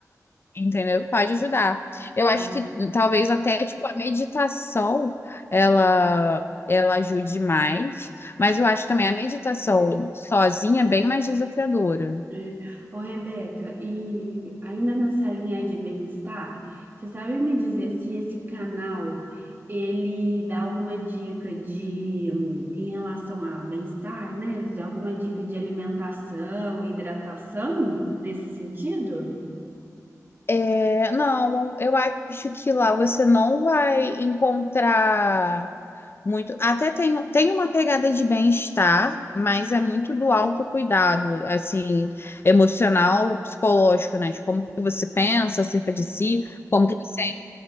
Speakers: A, on the left (about 40°); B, on the right (about 35°).
A: entendeu? Pode ajudar. Eu acho
B: Tá.
A: que talvez até, tipo, a meditação, ela. Ela ajude mais, mas eu acho também a meditação sozinha é bem mais desafiadora.
B: É. Ô, Rebeca, e ainda nessa linha aí de bem-estar, você sabe me dizer se esse canal ele dá alguma dica de hum, em relação a bem-estar, né? De Alguma dica de alimentação, hidratação nesse sentido?
A: É, não, eu acho que lá você não vai encontrar muito. Até tem, tem uma pegada de bem-estar, mas é muito do autocuidado, assim, emocional, psicológico, né? De como que você pensa acerca de si, como que você